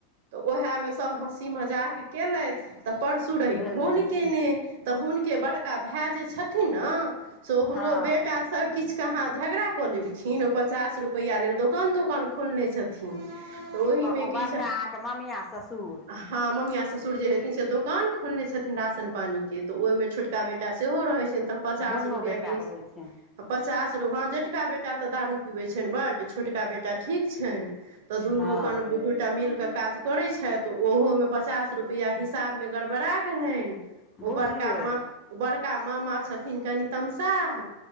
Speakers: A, on the right; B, on the left.
A: तऽ ओहेमे सभ हँसी मजाक केलैथ, तऽ परसू रही
B: भेलै
A: फोन कयने
B: कि
A: तऽ हुनके बरका भे जे छथिन न, सो हूणों
B: हँ
A: बेटा सर किछ कहाँ झगड़ा कऽ लेलखिन ओ, पचास रुपैइया लेल दोकान - तोकान खोलने छथिन। तऽ ओहिमे
B: ओ
A: किछु
B: बड़का अहाँके ममियाआ ससुर।
A: हँ, ममिआ ससुर जे हेथिन से दोकान खोलने छथिन राशन पानी के तऽ ओयमे छोटका बेटा सेहो रहै छेन, तऽ पचास
B: दुनू
A: रुपयाके
B: बेटा
A: हिस्
B: रहै छै
A: पचास रू हँ जेटका बेटा तऽ दारू पिबै छैन बड्ड, छोटका बेटा ठीक छैन। तऽ दुनू
B: हँ
A: अपन दूघोटा मिल क काज करै छैत। ओहो में पचास रुपआ हिसाब में गड़बड़ा छैन। ओ
B: बुझियौ
A: बड़का मह, बड़का मामा छथिन कनि तमशाह